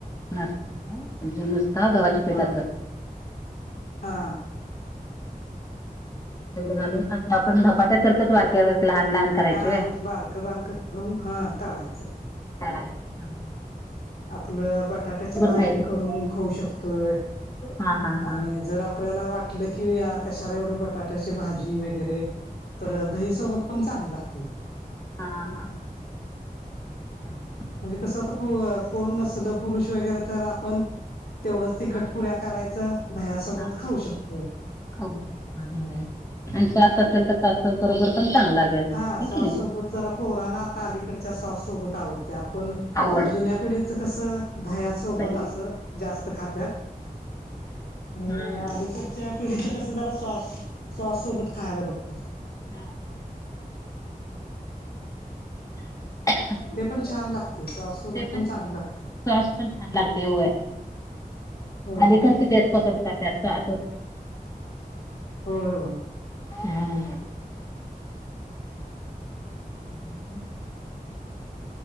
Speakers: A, on the left (about 20°); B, on the left (about 90°).
A: त का म्हजे नुसता गव्हाच्या पीठाच
B: हा हा
A: घालून अस आपण धपाट्या सारखच वारक्या लहान लहान. करायची
B: हा
A: व्हय?
B: बारकं बारकं करून हा टाळायचं.
A: करायचं.
B: आपलं बटाट्याची भाजी
A: खायचं
B: करून
A: ते?
B: खाऊ शकतोय
A: हां, हां,
B: आणि
A: हां.
B: जर आपण आपल्याला वाटलं की कशाला एवढं बटाट्याची भाजी वगैरे तर
A: हां.
B: दही सोबत पण चांगल लागतय तेे.
A: हा हा हा
B: म्हणजे कसं आता कोण नसल पुरुष वगैरे तर आपण तेवढंच तिखट
A: हां,
B: पुऱ्या करायचं दहया्यासोबत
A: हां.
B: खाऊ शकतोय.
A: आणि सॉस असेल तर सॉस बरोबर पण चांग लागेल
B: हा सॉस
A: की नाही.
B: सोबत जरा पोराना अलीकडच्या सॉस सोबत आवडत. ते आपण
A: आवडते
B: जुन्या पिढीचं कसं दहया सोबत
A: दही
B: असं जास्त खात्यात. आणि
A: हम्म
B: अलीकडच्या पिढीच कस जरा सॉस सॉस सोबत खायला बघत.
A: हम् ते
B: ते पण छान लागते सॉस सोबत
A: पण
B: चांगलं
A: सास
B: लागते
A: पण छान लागते होय.
B: हो
A: आलीकडचे त्याच कसत का त्याच असत.
B: होय होय.
A: हम्म ह